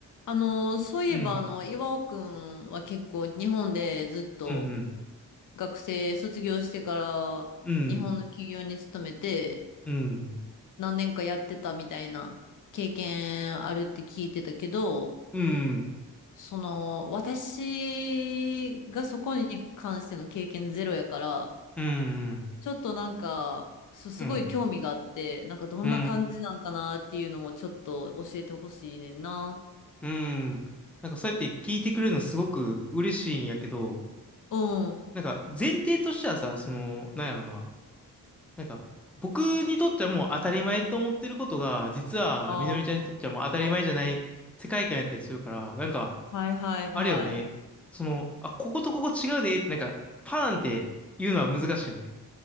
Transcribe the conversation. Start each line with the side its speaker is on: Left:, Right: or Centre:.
Left: あの、そういえば、
Centre: うん、
Left: あの、岩尾くんは結構日本でずっと
Centre: うん、
Left: 学生卒業してから日本の企業に勤めて
Centre: うん、うん、うん、
Left: 何年かやってたみたいな経験あるって聞いてたけど、
Centre: うん、
Left: その、私がそこに関しての経験ゼロやから、
Centre: うん、
Left: ちょっとなんか、そうすごい興味があって、
Centre: う
Left: なんかどんな感じなんかなっていうのをちょっと教えてほしいねんな。
Centre: ん、うん。なんかそうやって聞いてくれるのすごく嬉しいんやけど、
Left: うん。
Centre: なんか前提としてはさ、その、なんやろな、なんか僕にとってはもう当たり前と思ってることが、実はみのりちゃんにとってはもう当たり前じゃない世界観やったりするから、
Left: ああ。
Centre: なんか、
Left: はいはいはい。
Centre: あれよね、その、あ、こことここ違うでって、なんか、パーンって言うのは難しいよね。